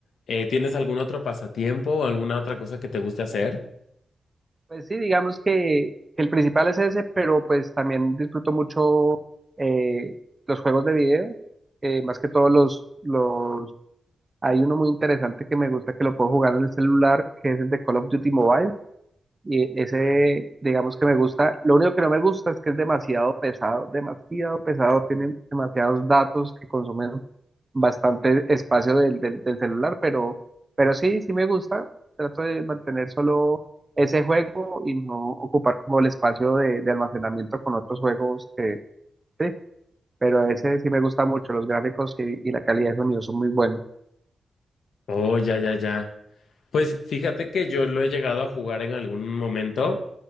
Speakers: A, on the left; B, on the right.
A: eh, ¿tienes algún otro pasatiempo o alguna otra cosa que te guste hacer?
B: Pues sí, digamos que, que el principal es ese, pero pues también disfruto mucho eh, los juegos de video, eh, más que todos los, los Hay uno muy interesante que me gusta que lo puedo jugar en el celular, que es el de Call of Duty Mobile. Y ese, digamos que me gusta. Lo único que no me gusta es que es demasiado pesado, demasiado pesado. Tiene demasiados datos que consumen bastante espacio del, del, del celular, pero, pero sí, sí me gusta. Trato de mantener solo ese juego y no ocupar como el espacio de, de almacenamiento con otros juegos que, sí, pero ese sí me gusta mucho. Los gráficos y, y la calidad de sonido son muy buenos.
A: Oh, ya, ya, ya. Pues fíjate que yo lo he llegado a jugar en algún momento,